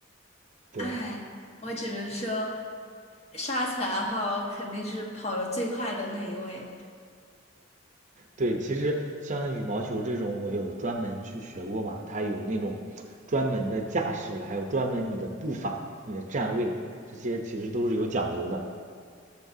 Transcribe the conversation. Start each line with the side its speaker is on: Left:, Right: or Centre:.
Right: 对，
Left: 哎，我只能说，杀起来的后肯定是跑得最快的那一位。
Right: 对，其实像羽毛球这种，我有专门去学过嘛，它有那种专门的架势，还有专门你的步伐、你的站位，这些其实都是有讲究的。